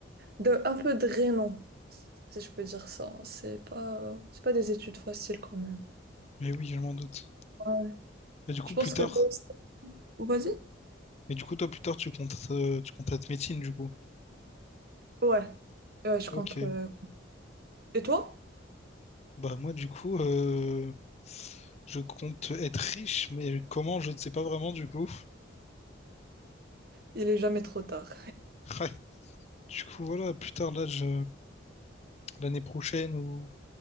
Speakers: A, on the right; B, on the left.
A: de un peu drainant, si je peux dire ça. C'est pas, c'est pas des études faciles quand même.
B: mais oui, je m'en doute.
A: Ouais.
B: Et du coup,
A: Je pense
B: plus tard,
A: que toi Vas-y.
B: et du coup, toi, plus tard, tu comptes, euh, tu comptes être médecine, du coup.
A: Ouais, ouais, je
B: Ok.
A: compte. euh. Et toi?
B: Bah moi du coup euh, je compte être riche mais comment je ne sais pas vraiment du coup.
A: Il est jamais trop tard.
B: <laughs> Ouais, du coup voilà plus tard là je l'année prochaine ou